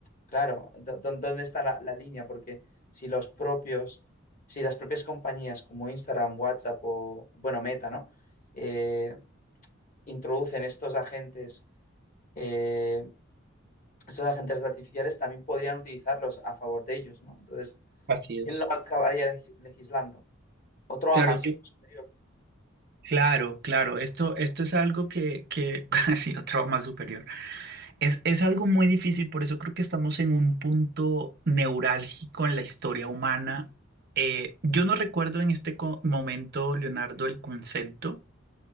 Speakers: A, on the left; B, on the right.
A: claro, do- do- ¿dónde está la, la línea? Porque si los propios, si las propias compañías como Instagram, WhatsApp o, bueno, Meta, ¿no? Eh, introducen estos agentes, eh, estos agentes artificiales, también podrían utilizarlos a favor de ellos, ¿no? Entonces,
B: así
A: ¿quién
B: es.
A: lo acabaría leg- legislando? Otro
B: Claro,
A: a más.
B: yo-
A: posterior.
B: claro, claro. Esto, esto es algo que, que <laughs> ha sido trauma superior. Es, es algo muy difícil, por eso creo que estamos en un punto neurálgico en la historia humana. Eh, yo no recuerdo en este co- momento, Leonardo, el concepto,